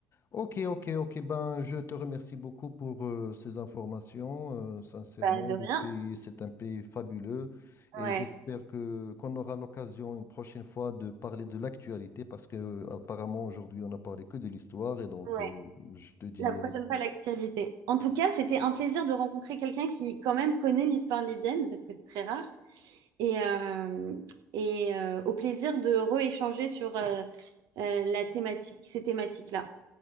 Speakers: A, on the left; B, on the right.
A: Ok, ok, ok. Ben, je te remercie beaucoup pour euh, ces informations. Euh, sincèrement,
B: Bah, de rien.
A: le pays, c'est un pays fabuleux et
B: Ouais.
A: j'espère que qu'on aura l'occasion une prochaine fois de parler de l'actualité parce que euh, apparemment aujourd'hui on n'a parlé que de l'histoire et donc
B: Ouais,
A: euh, je te dis
B: la prochaine
A: euh,
B: fois, l'actualité. En tout cas, c'était un plaisir de rencontrer quelqu'un qui, quand même, connaît l'histoire libyenne, parce que c'est très rare. Et, euh, et euh, au plaisir de rééchanger sur euh, euh, la thématique, ces thématiques-là.